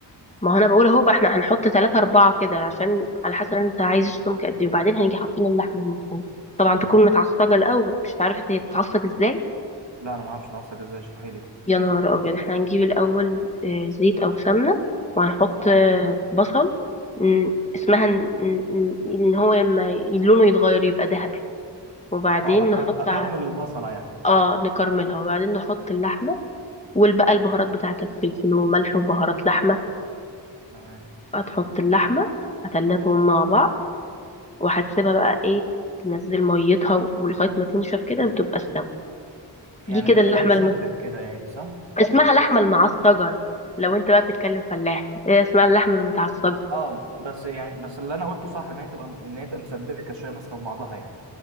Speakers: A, on the left; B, on the right.
A: ما هو انا بقول اهو بقى احنا هنحط تلاتة أربعة كده عشان على حسب انت عايز السمك قد ايه وبعدين هنيجي حاطين اللحمة المفرومة طبعا تكون متعصجة الأول مش عارفة هي بتتعصج ازاي
B: لا انا ما اعرفش اتعصب ازاي اشرحي لي بقى
A: يا نهار أبيض احنا هنجيب الأول آه، زيت أو سمنة وهنحط
B: اه
A: آه، بصل م، اسمها ان إن- إن- إن هو لما لونه يتغير يبقى ذهبي وبعدين
B: اه أكر...
A: نحط
B: اكرمل
A: ع-
B: البصلة يعني
A: اه نكرملها وبعدين نحط اللحمة والبقى البهارات بتاعتك فلفل وملح وبهارات لحمة
B: تمام
A: هتحط اللحمة هتقلبهم مع بعض وهتسيبها بقى ايه تنزل ميتها و- ولغاية ما تنشف كده وتبقى استوت
B: يعني
A: دي كده
B: خليها
A: اللحمة
B: تسبك
A: الم...
B: كده يعني صح
A: اسمها لحمة المعصجة لو انت بقى بتتكلم فلاح هي اسمها اللحمة المتعصجة
B: اه بس يعني بس اللي انا قلته صح ان هي تبقى ان هي تبقى مسبكه شويه ماسكه في بعضها يعني